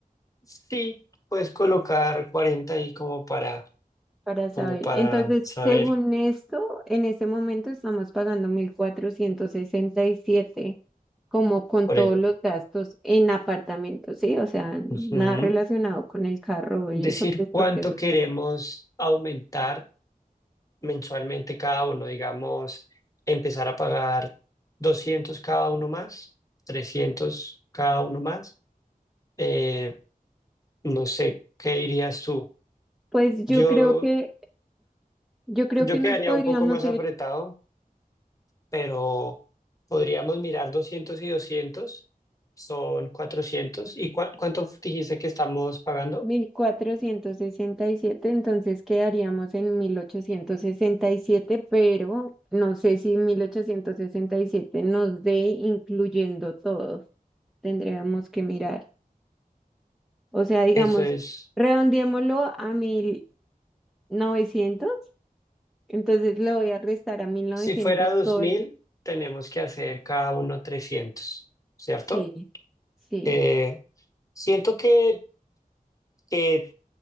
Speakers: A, on the left (about 20°); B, in the centre.
A: sí, puedes colocar 40 ahí como para
B: para saber.
A: como para
B: Entonces,
A: saber
B: según esto, en este momento estamos pagando 1.467 como con
A: por
B: todos
A: eso.
B: los gastos en apartamentos, ¿sí? O sea,
A: Ujú.
B: nada relacionado con el carro
A: Es
B: y
A: decir,
B: eso, pues
A: cuánto
B: porque eso
A: queremos aumentar mensualmente cada uno, digamos, empezar a pagar 200 cada uno más, 300 cada uno más. Eh, no sé, ¿qué dirías tú?
B: Pues yo
A: Yo,
B: creo que, yo creo
A: yo
B: que
A: quedaría
B: nos podríamos
A: un poco más
B: ir
A: apretado, pero podríamos mirar 200 y 200 son cuatrocientos ¿Y cua- cuánto dijiste que estamos pagando?
B: 1467, entonces quedaríamos en 1867, pero no sé si 1867 nos dé incluyendo todo. Tendríamos que mirar. O sea, digamos,
A: Eso es
B: redondeémoslo a mil novecientos, entonces le voy a restar a mil novecientos
A: Si fuera 2000,
B: sol.
A: tenemos que hacer cada uno 300, ¿cierto?
B: Sí, sí.
A: Eh, siento que, que